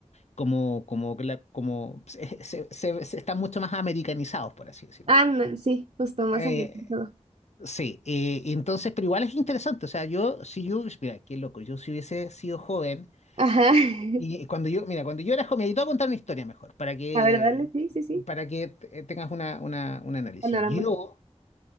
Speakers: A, on the left; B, on the right.
A: como, como, que la- como se, se- se- se están mucho más americanizados, por así decirlo.
B: Ah, no, sí, justo más
A: Eh,
B: amplificado.
A: sí, eh, entonces, pero igual es interesante. O sea, yo, si yo, mira, qué loco, yo si hubiese sido joven,
B: Ajá. <laughs>
A: y cuando yo, mira, cuando yo era joven, y te voy a contar una historia mejor, para que,
B: A ver, dale, sí, sí, sí.
A: para que eh, tengas una, una, un análisis.
B: Panorama.
A: Yo.